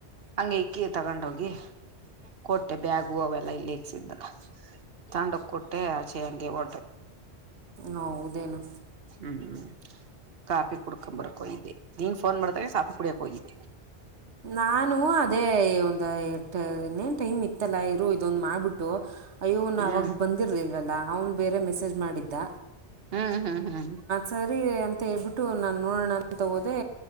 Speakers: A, on the right (about 60°); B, on the right (about 85°).
A: ಹಂಗೆ ಇಕ್ಕಿ ತಗೊಂಡೋಗಿ ಕೊಟ್ಟೆ ಬ್ಯಾಗು ಅವೆಲ್ಲ ಇಲ್ಲಿ ಇಸಿದ ತಂಡಕ್ ಕೊಟ್ಟೆ ಆಚೆ ಹಂಗೆ ಹೊಡ
B: ಹೌದೇನೋ
A: ಹ್ಮ್ ಹ್ಮ್ ಕಾಫಿ ಕುಡ್ಕೊ ಬರಕೊ ಇದ್ದೆ ನೀನ್ ಫೋನ್ ಮಾಡಿದಾಗ ಸಾಫಿ ಕುಡಿಯಕ್ ಹೋಗಿದ್ದಿ
B: ನಾನು ಅದೇ ಒಂದು ಇನ್ನೇನ್ ಟೈಮ್ ಇತ್ತಲ್ಲ ಇರು ಇದೊಂದ್ ಮಾಡ್ಬಿಟ್ಟು ಅಯ್ಯೋ ನಾ
A: ಹ್ಮ್
B: ಅವಾಗ್ ಬಂದಿ ಇರ್ಲ್ವಲ್ಲ ಅವ್ನ್ ಬೇರೆ ಮೆಸೇಜ್ ಮಾಡಿದ್ದ
A: ಹ್ಮ್ ಹ್ಮ್ ಹ್ಮ್
B: ಸರಿ ಅಂತ ಹೇಳ್ಬಿಟ್ಟು ನಾನು ನೋಡೋಣ ಅಂತಹೊದೆ